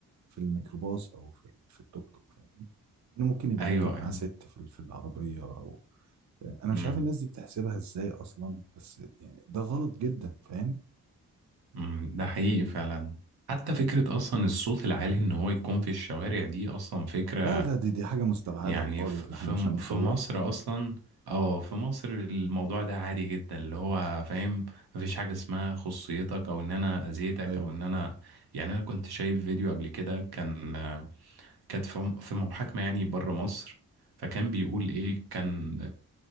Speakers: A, on the right; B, on the right.
A: في الميكروباص او في في التوك توك فاهم انه ممكن يبقى
B: ايوه
A: راكب
B: ايوه
A: معاه ست في في العربيه او انا
B: امم
A: مش عارف الناس دي بتحسبها ازاي اصلا بس يعني ده غلط جدا فاهم
B: أمم، ده حقيقي فعلا حتى فكره اصلا الصوت العالي ان هو يكون في الشوارع دي اصلا فكره
A: لا لا دي دي حاجه مستبعده
B: يعني
A: خالص
B: ف-
A: ده
B: في
A: احنا مش هنوصل
B: في مصر
A: لها
B: اصلا اه في مصر الموضوع ده عادي جدا اللي هو فاهم مفيش حاجة اسمها خصيتك او ان انا اذيتك
A: ايوه
B: او ان انا يعني انا كنت شايف فيديو قبل كده كان كانت في في محاكمة يعني بره مصر فكان بيقول ايه كان